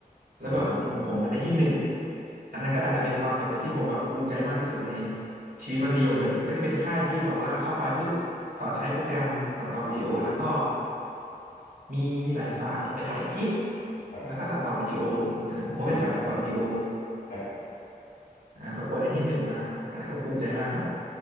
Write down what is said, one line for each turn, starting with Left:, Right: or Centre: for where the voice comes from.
Right: แล้วแบบกลุ่มของผมมันได้ที่หนึ่ง
Left: อืม
Right: อันนั้นก็อาจจะเป็นความสำเร็จที่ผมแบบภูมิใจมากที่สุดในชีวิตมัธยมเลยก็จะเป็นค่ายที่แบบว่าเข้าไปปุ๊บสอนใช้โปรแกรมตัดต่อวิดีโอแล้วก็ มีมีหลายฝ่ายไปถ่ายคลิป
Left: ครับ
Right: แล้วก็ตัดต่อวิดีโอเออผมก็เป็นฝ่ายตัดต่อวิดีโอ
Left: อืมอืมอืมอืมครับ
Right: อ่าประกวดได้ที่หนึ่งมาอันนั้นก็ภูมิใจมากครับ